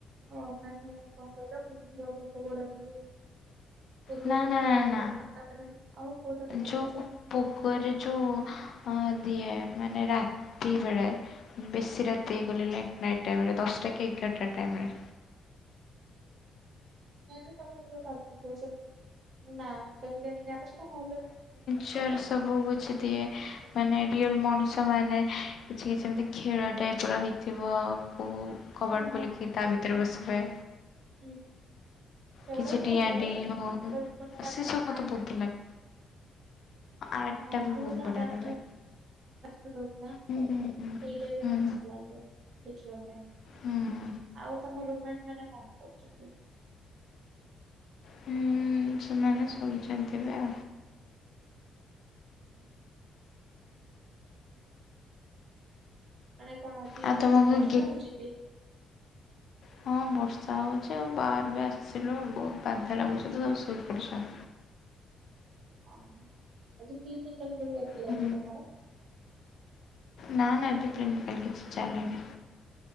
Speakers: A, on the right; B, on the left.
A: ହଁ ମାନେ କଣ କହିଲ କୁମ୍ଭୀର ଗପ ଗୋଡ଼ ଦିଏ ସେଗୁଡ଼ାବି
B: ନା
A: ମତେ
B: ନା ନା
A: ଭଲ ଲାଗେ
B: ନା
A: ଆଉ ତାପରେ ଆଉ କୋଉଟା କଥା
B: ଯୋଉ
A: କହୁଚ?
B: ପୋଗରେ ଯୋଉ ଅଁ ଦିଏ ମାନେ ରାତି ବେଳେ ବେଶୀ ରାତି ହେଇଗଲେ ଲେଟ୍ ନାଇଟ୍ ଟାଇମରେ ଦଶଟା କି ଏଗାରଟା ଟାଇମରେ
A: ମୋର <unintelligible> କୋଉଚ ନା କହିଲ <unintelligible>
B: ସେରା ସବୁ କିଛି ଦିଏ। ମାନେ ରିଅଲ ମଣିଷ ମାନେ କିଛି ସେମିତି ଖେଳ ଟାଇପର ରହିଥିବ କୋଉ କବାଟ
A: ହଁ ହଁ
B: ଖୋଲିକି
A: ହଁ
B: ତାଭିତରେ ବସିବେ।
A: ହୁଁ ସେଗୁଡ଼ାବି
B: କିଛି ଡିଆଁ
A: ଭଲଲାଗେ
B: ଡିଇଁ ହଉ
A: ବଟ୍ ମତେ ତାପରେ
B: ସେ ସବୁ ମତେ
A: ଆଟ
B: ବହୁତ ଭଲ ଲାଗେ। ଆର୍ଟ
A: ହଁ
B: ଟା ବି
A: <unintelligible>
B: ବହୁତ
A: ଆଥିଲା
B: ବଢିଆ ଲାଗେ।
A: ସେଇଟାବି
B: ହୁଁ ହୁଁ ହୁଁ
A: ମସ୍ତ। ଲାଗେ ଦେଖିବା ପାଇଁ
B: ହୁଁ।
A: ଆଉ ତମ ରୁମାଟ୍ ମାନେ କଣ କରୁଚନ୍ତି।
B: ହୁଁ। ହୁଁ ସେମାନେ ଶୋଇଚନ୍ତି ଏବେ।
A: ହୁଁ। ମାନେ କଣ ଆଜି
B: ଆଉ ତମକୁ
A: ବର୍ଷା
B: ଗୀ
A: ହଉଚକି?
B: ହଁ ବର୍ଷା ହଉଚି ଆଉ ବାହାରବି ଆସିଲୁ ବହୁତ ବାଧା ଲାଗୁଚିତ ସବୁ ଶୋଇପଡ଼ିଚ।
A: ହ କିତି ମିିନଟାଲ ଦଥିଲାକିି
B: ହୁଁ
A: ତମର?
B: ନା ନା ଏବେ କ୍ଲିନିକାଲ କିଛି ଚାଲିନି।